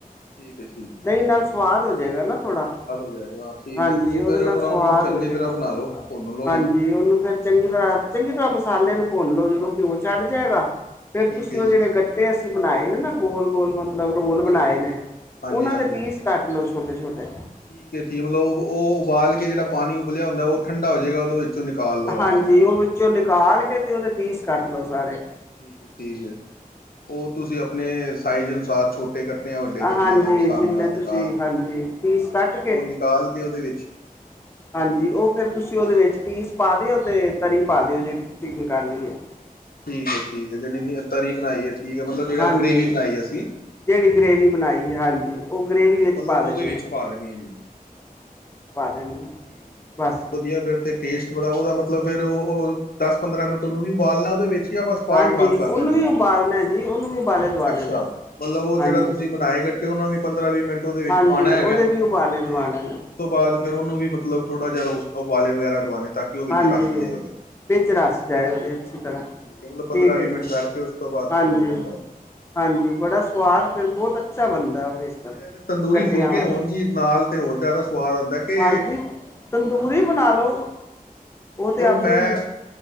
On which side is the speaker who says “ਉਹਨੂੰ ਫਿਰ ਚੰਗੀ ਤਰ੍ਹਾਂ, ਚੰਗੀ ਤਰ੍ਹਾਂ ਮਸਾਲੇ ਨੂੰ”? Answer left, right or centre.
Left